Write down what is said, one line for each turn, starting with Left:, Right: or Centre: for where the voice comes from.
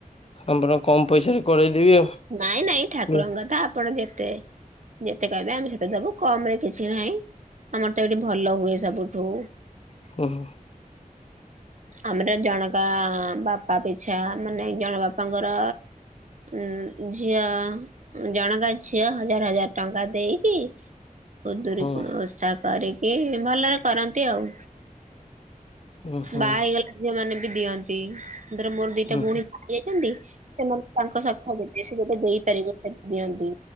Left: ଆଁପଣ କମ ପଇସା ରେ କରଇଦେବି ଆଉ।
Right: ନାଇଁ ନାଇଁ ଠାକୁରଙ୍କଥା
Left: ହୁଁ
Right: ଆପଣ ଯେତେ ଯେତେ କହିବେ ଆମେ ସେତେ ଦବୁ କମ ରେ କିଛି ନାହିଁ ଆମର ତ ଏଇଠି ଭଲ ହୁଏ ସବୁଠୁ।
Left: ହୁଁ ହୁ।
Right: ଆମର ଜଣକା ବାପା ପିଛା ମାନେ ଜଣ ବାପାଙ୍କର ଉଁ ଝିଅ ଜଣକାର ଝିଅ ହଜାର ହଜାର ଟଙ୍କା ଦେଇକି କୁଦୁରି
Left: ହୁଁ
Right: କଣ ଓଷା କରିକି ଭଲରେ କରନ୍ତି ଆଉ
Left: ହୁଁ ହୁଁ
Right: ବାହା ହେଇଗଲା ଝିଅ ମାନ ବି ଦିଅନ୍ତି ଧର ମୋର ଦିଟା
Left: ହୁଁ
Right: ଭଉଣୀ ଯାଇଛନ୍ତି, ସେମାନେ ତାଙ୍କ ସଥ କେତେ ସେ ଯେତେ ଦେଇପାରିବ, ସେ ଦିଅନ୍ତି